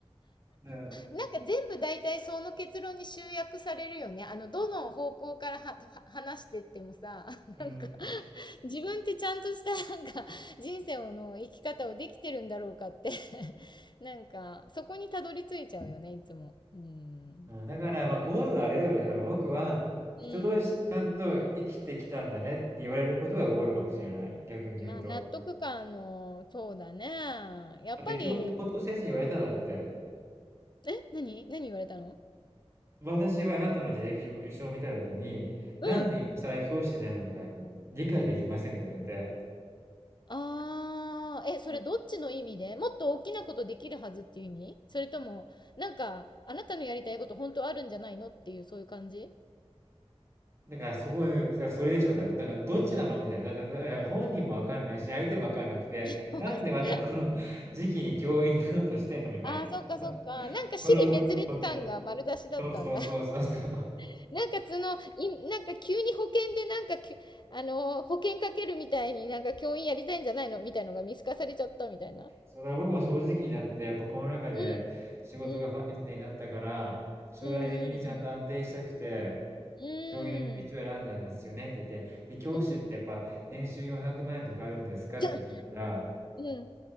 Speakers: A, on the right; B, on the left.
A: うん。
B: なんか全部大体その結論に集約されるよね。あの、どの方向からはは話してってもさ、<laughs>
A: うん。
B: なんか自分ってちゃんとしたなんか人生の生き方をできてるんだろうかって <laughs> なんかそこにたどり着いちゃうよね、いつも。うん。
A: うんだから、
B: まあ
A: まあ、ゴールはあれだよね。だから僕は、人としてちゃんと生きてきたんだねって言われることがゴールかもしれない。
B: うん。
A: 逆に言うと。
B: まあ、納得感の、そうだね。やっぱり、
A: あ、で、教教頭先生に言われたんだって。
B: え、何何言われたの
A: 私はあなたの履歴書を見たときに、なんで今更教師になるのかが理解できませんって言われて。
B: うん。あー、え、それどっちの意味でもっと大きなことできるはずっていう意味それとも、なんか、あなたのやりたいこと本当あるんじゃないのっていう、そういう感じ
A: だからすごい、だからそれでしょ、だから、だからどっちなのみたいな。だだだ本人もわかんないし、相手もわかんなくて、
B: <laughs>
A: なんでまたこの <laughs> 時期に教員になろうとしてんのみたいな。
B: ああ、そっかそっか。なんか支離滅裂感が丸出しだったんだ。
A: この後に飛んで。そうそうそうそうそう。
B: <laughs> なんかその、い、なんか急に保険でなんかきゅ、あのー、保険かけるみたいになんか教員やりたいんじゃないのみたいのが見透かされちゃったみたいな。
A: そうだから僕も正直になって、やっぱこの中で仕事が不安定になったから、
B: うん。うん。
A: 将来的にちゃんと安定したくて、
B: うんうんうん。う
A: 教員の道を選んだんですよねって言って、
B: ーん。
A: で、教師ってやっぱ年収400万円とかあるんですかって聞いたら、
B: うん。<laughs> うん。